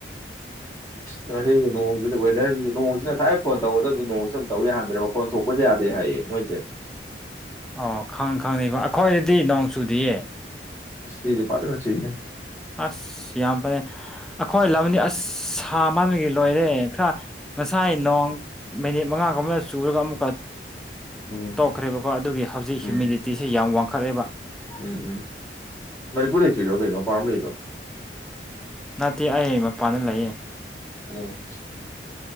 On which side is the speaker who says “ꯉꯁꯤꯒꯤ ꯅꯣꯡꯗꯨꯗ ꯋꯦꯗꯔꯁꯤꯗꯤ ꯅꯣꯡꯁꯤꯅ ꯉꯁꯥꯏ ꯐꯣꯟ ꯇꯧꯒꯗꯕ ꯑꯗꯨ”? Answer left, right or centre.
Left